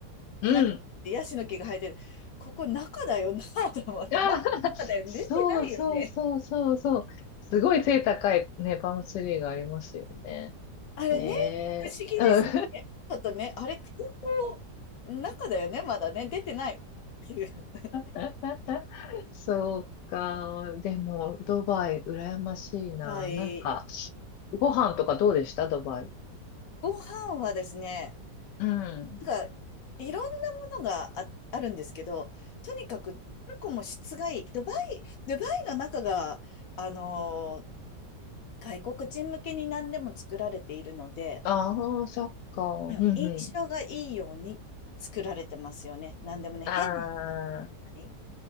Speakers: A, on the left; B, on the left.
A: 中でヤシの木が生えてる。
B: うん。
A: ここ中だよなと思って、
B: <laughs> ああ、
A: まあ、中だよね、
B: そうそうそうそうそう。
A: 出てないよね。
B: すごい背高いね、パームツリーがありますよね。
A: あれね、
B: ねえ。
A: 不思議ですよね。
B: うん
A: ちょっとね、あれ、空港の中だよね、まだね、出てないっていう。
B: <laughs> そうか。でも、ドバイ、羨ましいな。
A: <laughs> はい。
B: なんか、ご飯とかどうでしたドバイ。
A: ご飯はですね、
B: うん。
A: なんか、いろんなものがあ、あるんですけど、とにかく、トルコも質がいい。ドバイ、ドバイの中が、あのー、外国人向けに何でも作られているので、
B: ああー、そっか。
A: うん。
B: うんうん。
A: 印象がいいように作られてますよね。何でもね、
B: ああ、
A: 変なのが出てこない